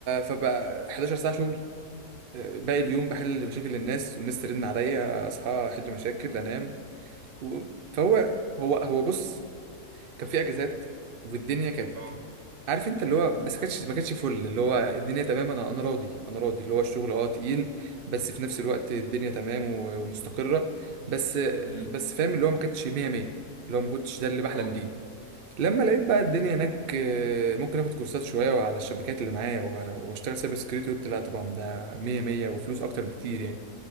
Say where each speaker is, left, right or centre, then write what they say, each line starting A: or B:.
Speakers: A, on the right; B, on the right.
A: فبقى 11 ساعه شغل آه، باقي اليوم بحل مشاكل الناس والناس ترن عليا اصحى احل مشاكل انام و... فهو هو هو بص كان في اجازات والدنيا كانت
B: اه
A: عارف انت اللي هو بس كانتش ما كانتش فل اللي هو الدنيا تمام انا انا راضي انا راضي اللي هو الشغل اه تقيل بس في نفس الوقت الدنيا تمام و- ومستقرة بس
B: امم
A: بس فاهم اللي هو ما كانتش 100 100 اللي هو ما كنتش ده اللي بحلم
B: اه
A: بيه لما لقيت بقى الدنيا هناك آه، ممكن اخد كورسات شوية على الشبكات اللي معايا و- واشتغل سايبر سكيورتي قلت لا طبعا ده 100 100 وفلوس اكتر بكتير يعني